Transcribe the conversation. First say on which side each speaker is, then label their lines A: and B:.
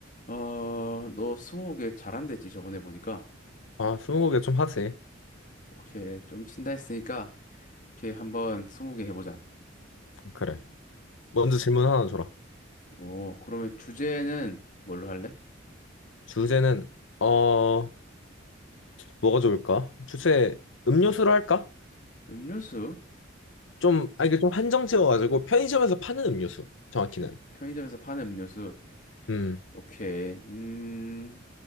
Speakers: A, on the left; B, on the left.
A: 어, 너 스무고개 잘한댔지 저번에 보니까.
B: 아, 스무고개 좀 하지.
A: 오케이, 좀 친다 했으니까 오케이 한번 스무고개 해보자.
B: 그래. 먼저 질문 하나 줘라.
A: 오, 그러면 주제는 뭘로 할래?
B: 주제는 어 뭐가 좋을까? 주제 음료수로 할까?
A: 음료수?
B: 좀 아, 이게 좀 한정 지어가지고 편의점에서 파는 음료수 정확히는.
A: 편, 편의점에서 파는 음료수.
B: 음,
A: 오케이, 음,